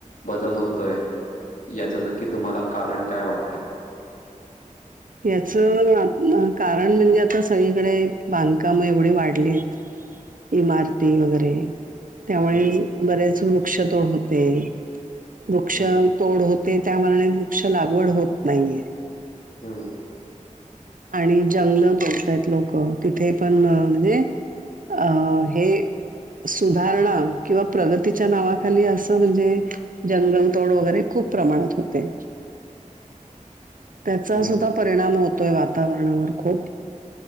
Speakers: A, on the left; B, on the right.
A: बदल होतोय. यांचं नक्की तुम्हांला कारणं कायं वाटतंय?
B: यांचं कारणं म्हणजे आतां, सगंळीकडे बांधकामं एवढे वाढलेत. इमांरती, वगैरे. त्यांमुळे,
A: हम्म
B: बरेच वृक्षतोड होतें. वृक्ष
A: हम्म
B: तोड होतं ते त्यांमानांने, वृक्ष लागवड होतं नाहीं आहे.
A: हम्..
B: आणि जंगलं तोडतांयत लोकं, तिथे पणं म्हणजे अं.., हे सुधांरणा किंवा प्रगतीच्या नावांखाली, असं म्हणजे जंगलतोड वगैरें खूंप प्रमाणांत होतें. त्यांचा
A: हम्म
B: सुद्धां परिणाम होतोय, वातांवरणांवर खूंप.